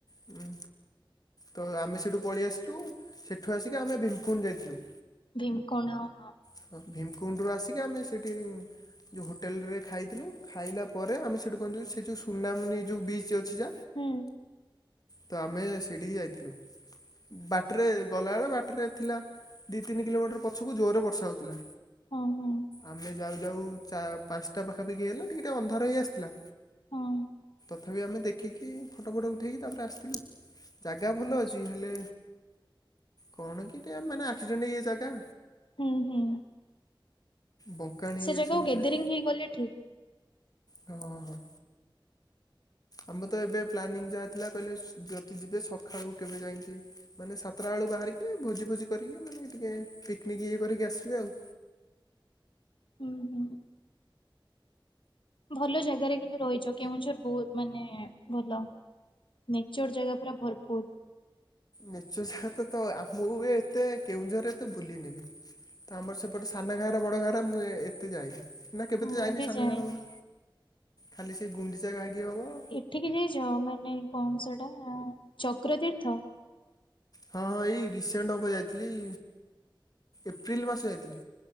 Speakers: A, on the left; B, on the left.
A: ହୁଁ। ତ ଆମେ ସେଠୁ ପଳେଇ ଆସିଲୁ ସେଠୁ ଆସିକି ଆମେ ଭୀମକୁଣ୍ଡ ଯାଇଥିଲୁ।
B: ଭୀମକୁଣ୍ଡ ହଁ।
A: ହଁ ଭୀମକୁଣ୍ଡରୁ ଆସିକି ଆମେ ସେଇଠି ଯେଉଁ ହୋଟେଲରେ ଖାଇଥିଲୁ ଖାଇଲା ପରେ ଆମେ ସେଇଠୁ କହିଲୁ ସେ ଯେଉଁ ସୁନାମୁନି ଯେଉଁ ବିଚ୍ ଅଛି
B: ହୁଁ।
A: ତ ଆମେ ସେଇଠିକି ଯାଇଥିଲୁ। ବାଟରେ ଗଲାବେଳେ ବାଟରେ ଥିଲା ଦୁଇ ତିନି କିଲୋମିଟର ପଛକୁ ଜୋରରେ ବର୍ଷା ହେଉଥିଲା।
B: ହଁ ହଁ
A: ଆମେ ଯାଉ ଯାଉ ପାଞ୍ଚଟା ପାଖାପାଖି ହେଲା ଟିକେ ଟିକେ ଅନ୍ଧାର ହେଇ ଆସିଥିଲା।
B: ହଁ।
A: ତଥାପି ଆମେ ଦେଖିକି ଫଟୋ ଫଟୋ ଉଠାଇକି ତାପରେ ଆସିଥିଲୁ। ଜାଗା ଭଲ
B: ଆଚ୍ଛା।
A: ଅଛି ହେଲେ କଣ କି ଟିକେ ମାନେ ଆକ୍ସିଡ଼େଣ୍ଟ ଇଏ ଜାଗା।
B: ହୁଁ ହୁଁ।
A: ବଙ୍କାଣି
B: ସେ
A: ଇଏ
B: ଜାଗା
A: ସବୁ
B: ଗେଦରିଂ
A: ଥାଏ।
B: ହେଇକି ଗଲେ ଠିକ।
A: ହଁ ହଁ ଆମର ତ ଏବେ ପ୍ଲାନିଂ ଯାହା ଥିଲା କହିଲେ ଯଦି ଯିବେ ସକାଳୁ କେବେ ଯାଇକି ମାନେ ସାତଟା ବେଳୁ ବାହାରିକି ଭୋଜି ଭୋଜି କରିକି ମାନେ ଟିକେ ପିକ୍ନିକ୍ ଇଏ କରିକି ଆସିବେ ଆଉ।
B: ହୁଁ ହୁଁ। ଭଲ ଜାଗାରେ କିନ୍ତୁ ରହିଛ କେଉଁଝର ବହୁତ ମାନେ ଭଲ। ନେଚର୍ ଜାଗା ପୁରା ଭରପୁର।
A: ନେଚର ଜାଗା ତ ତ ଆମକୁ ବି ଏତେ କେଉଁଝରରେ ଏତେ ବୁଲିନି ମୁଁ। ତ ଆମର ସେପଟେ ସାନା ଗାଁର ବଡ଼ ଗାଁରେ ମୁଁ ଏତେ ଯାଇକି। ନା କେବେ ତ
B: ମୁଁ
A: ଯାଇନି
B: ବି
A: ସାାନେ
B: ଯାଏନି।
A: ଘର ବଡ ଖାଲି ସେ ଗୁଣ୍ଡିଚାାକି ହବ ଆଉ
B: ଏଠିକି ଯାଇ ଯଅ ମାନେ କଣ ସେଟା ଚକ୍ର ତୀର୍ଥ?
A: ହଁ ହଁ ଏଇ ରିସେଣ୍ଟ ହବ ଯାଇଥିଲି ଏପ୍ରିଲ ମାସ ଯାଇଥିଲି।